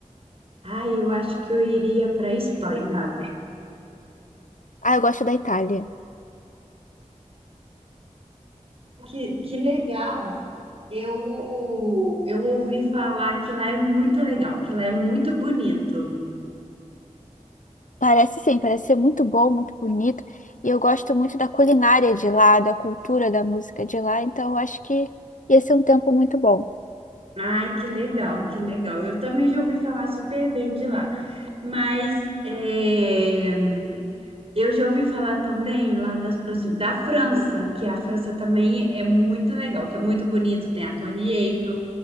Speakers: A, on the right (about 50°); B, on the left (about 75°).
A: Ai, eu acho que eu iria para a Espanha.
B: Ah, eu gosto da Itália.
A: Que, que legal. Eu, eu ouvi falar que lá é muito legal, que lá é muito bonito.
B: Parece sim, parece ser muito bom, muito bonito. E eu gosto muito da culinária de lá, da cultura, da música de lá. Então eu acho que ia ser um tempo muito bom.
A: Ai, que legal, que legal. Eu também já ouvi falar super bem de lá. Mas é, eu já ouvi falar também lá das proxim- da França, que a França também é muito legal, que é muito bonito. Tem a Torre Eiffel,